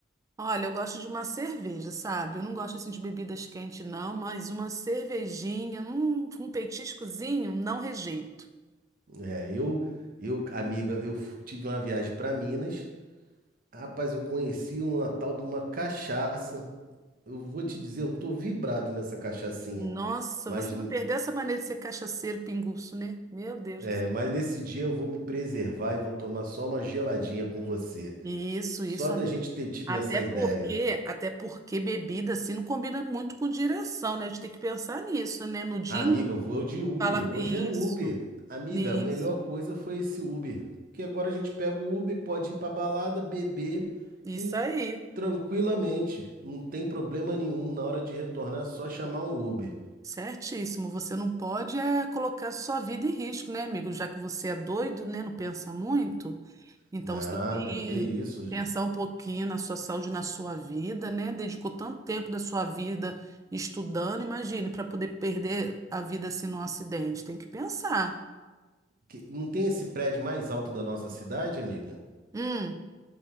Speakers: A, on the right (about 20°); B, on the right (about 50°).
A: Olha, eu gosto de uma cerveja, sabe? Eu não gosto assim de bebidas quentes não, mas uma cervejinha, hum, com um petiscozinho, não rejeito.
B: É, eu, eu, amiga, eu f- tive uma viagem para Minas. Rapaz, eu conheci uma tal de uma cachaça. Eu vou te dizer, eu tô vibrado nessa cachaçinha.
A: Nossa,
B: Mas,
A: você não perdeu essa maneira de ser cachaceiro pinguço, né? Meu Deus
B: é,
A: do
B: mas nesse dia eu vou me preservar e vou tomar só uma geladinha com você.
A: Isso, isso,
B: Só da
A: amigo.
B: gente ter tido
A: Até
B: essa
A: porque,
B: ideia.
A: até porque bebida assim não combina muito com direção, né? A gente tem que pensar nisso, né? No dia,
B: Ah, amiga, eu vou de Uber.
A: fala
B: Hoje
A: isso,
B: é Uber. Amiga,
A: isso,
B: a melhor coisa foi esse Uber. Que agora a gente pega o Uber, pode ir pra balada, beber,
A: isso
B: que
A: aí.
B: tranquilamente, não tem problema nenhum na hora de retornar, é só chamar um Uber.
A: Certíssimo. Você não pode é, colocar sua vida em risco, né, amigo? Já que você é doido, né? Não pensa muito. Então
B: Nada,
A: você tem que
B: que isso.
A: pensar um pouquinho na sua saúde, na sua vida, né? Dedicou tanto tempo da sua vida estudando, imagine, para poder perder a vida assim num acidente. Tem que pensar.
B: Que- não tem esse prédio mais alto da nossa cidade, amiga?
A: Hum.